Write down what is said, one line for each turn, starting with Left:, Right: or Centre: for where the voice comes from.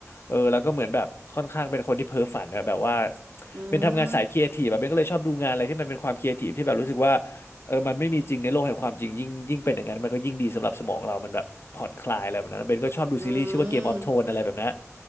Left: เออแล้วก็เหมือนแบบค่อนข้างเป็นคนที่เพ้อฝันนะแบบว่า
Right: อืม
Left: เป็นทำงานสายครีเอทีฟแบบเบนก็เลยชอบดูงานอะไรที่มันเป็นความครีเอทีฟที่แบบรู้สึกว่า เออมันไม่มีจริงในโลกแห่งความจริงยิ่งยิ่งเป็นอย่างนั้นมันก็ยิ่งดีสำหรับสมองเรามันแบบผ่อนคลายอะไรแบบนั้นเบนก็ชอบดูซีรีส์ชื่อว่าเกมออฟโทนอะไรแบบนั้น
Right: อืม